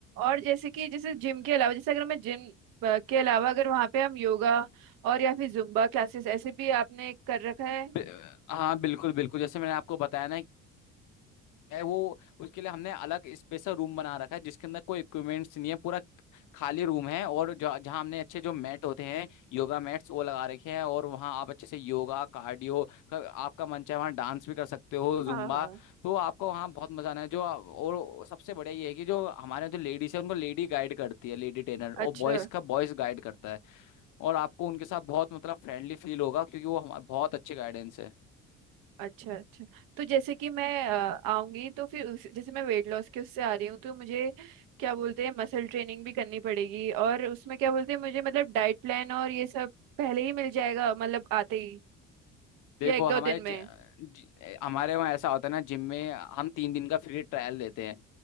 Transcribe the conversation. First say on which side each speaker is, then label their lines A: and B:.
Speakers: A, on the right (about 65°); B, on the left (about 55°).
A: और जैसे कि जैसे जिम के अलावा जैसे अगर मैं जिम अ, के अलावा अगर वहाँ पे हम योगा और या फिर जुम्बा क्लासेस ऐसे भी आपने कर रखा है
B: बि- हाँ बिल्कुल बिल्कुल जैसे मैंने आपको बताया ना है वो उसके लिए हमने अलग स्पेशल रूम बना रखा है जिसके अंदर कोई इक्विपमेंट्स नहीं है पूरा खाली रूम है और जो जहाँ हमने अच्छे जो मैट होते हैं योगा मैट्स वो लगा रखे हैं और वहाँ आप अच्छे से योगा कार्डियो का, आपका मन चाहे वहाँ डांस भी कर सकते हो जुम्बा
A: हाँ हाँ
B: तो आपको वहाँ बहुत मजा आना है जो और सबसे बढ़िया ये है कि जो हमारे यहाँ जो लेडीज है उनको लेडी गाइड करती है लेडी ट्रेनर और
A: अच्छा
B: बॉयज का बॉयज गाइड करता है और आपको उनके साथ बहुत मतलब फ्रेंडली फील होगा क्योंकि वो हमारे बहुत अच्छे गाइडेंस है
A: अच्छा अच्छा तो जैसे कि मैं अ, आऊंगी तो फिर उस, जैसे मैं वेट लॉस के उससे आ रही हूँ तो मुझे क्या बोलते हैं मसल ट्रेनिंग भी करनी पड़ेगी और उसमें क्या बोलते हैं मुझे मतलब डाइट प्लान और ये सब पहले ही मिल जाएगा मतलब आते ही
B: देखो
A: या एक दो
B: हमारे
A: दिन
B: जि,
A: में
B: जि, हमारे वहाँ ऐसा होता है ना जिम में हम तीन दिन का फ्री ट्रायल देते हैं